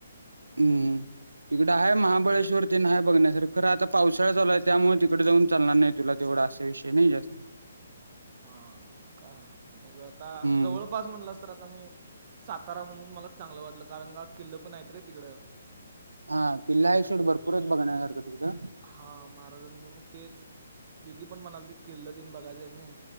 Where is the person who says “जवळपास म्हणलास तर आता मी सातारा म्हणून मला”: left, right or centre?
Right